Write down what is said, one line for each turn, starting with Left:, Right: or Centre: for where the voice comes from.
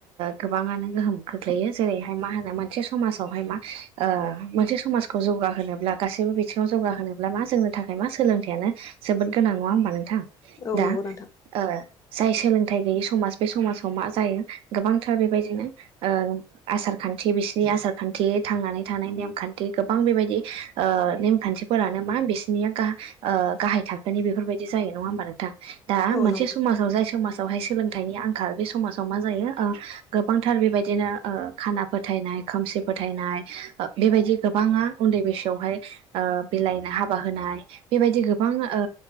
Right: गोबाङानो गोहोम खोख्लैयो जेरैहाय मा होनो मोनसे समाजावहाय मा ओ मोनसे समाजखौ जौगाहोनोब्ला गासैबो बिथिङाव जौगाहोनोब्ला मा जोंनो थाखाय मा सोलोंथायाइयानो जोबोद गोनां नङा होमबा नोंथां?
Left: औ
Right: दा
Left: नंगौ नोंथां
Right: ओ जाय सोलोंथाइ गैयि समाज बे समाजाव मा जायो गोबांथार बेबायदिनो ओ आसार खान्थि बिसिनि आसार खान्थि थांनानै थानाय नेम खान्थि गोबां बेबायदि ओ नेम खान्थिफोरा मा बिसोरनिया गाह ओ गाहाय थाखोनि बेफोरबायदि जायो नङा होमबा नोंथां दा
Left: औ
Right: मोनसे
Left: नंगौ नोंथां
Right: समाजाव जाय समाज ावहाय सोलोंथाइनि आंखाल बे समाजाव मा जायो ओ गोबांथार बेबायदिनो ओ खाना फोथायनाय खोमसि फोथायनाय बेबायदि गोबाङा उन्दै बैसोआवहाय ओ बिलाइनो हाबा हो नाय बेबायदि होब गोबां ओ